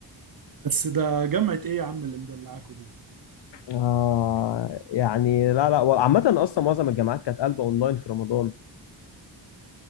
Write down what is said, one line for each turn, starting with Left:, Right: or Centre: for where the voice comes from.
Right: بس ده جامعة ايه يا عم اللي مدلعاكوا دي
Left: آه يعني لا لا وال- عامة أصلا معظم الجامعات كانت قلبة أونلاين في رمضان